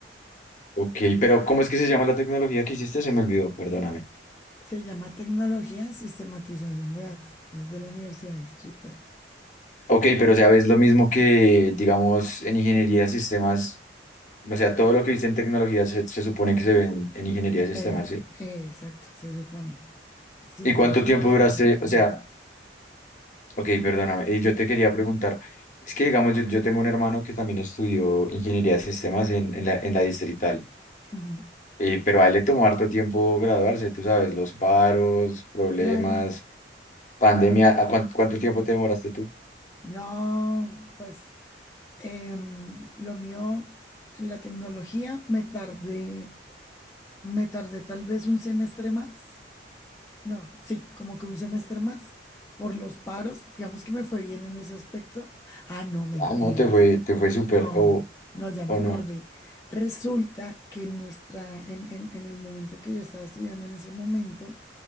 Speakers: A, on the left; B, on the left.
A: Ok, pero ¿cómo es que se llama la tecnología que hiciste? Se me olvidó, perdóname.
B: Se llama tecnología en sistematización de datos, es de la Universidad Distrital.
A: Ok, pero o sea, ves lo mismo que, digamos, en ingeniería de sistemas, o sea, todo lo que viste en tecnología se, se supone que se ve en, en ingeniería de
B: Eh,
A: sistemas, ¿sí?
B: eh, exacto, se supone. Sí,
A: ¿Y cuánto
B: los,
A: tiempo
B: los
A: duraste?
B: proyectos
A: O sea,
B: son iguales.
A: ok,
B: Dime.
A: perdóname, eh, yo te quería preguntar, es que, digamos, yo, yo tengo un hermano que también estudió ingeniería de sistemas en, en la, en la Distrital,
B: Ujú.
A: eh, pero a él le tomó harto tiempo graduarse, tú sabes, los paros, problemas,
B: Claro.
A: pandemia, ¿a cuán- ¿cuánto, tiempo te demoraste tú?
B: No, pues em, lo mío, en la tecnología, me tardé, me tardé tal vez un semestre más. No, sí, como que un semestre más por los paros. Digamos que me fue bien en ese aspecto. Ah, no, mentiras.
A: Ah, no, te fue, te fue súper,
B: No,
A: o
B: no, ya me
A: o
B: acordé.
A: no.
B: Resulta que en nuestra, en, en en el momento en que yo estaba estudiando en ese momento,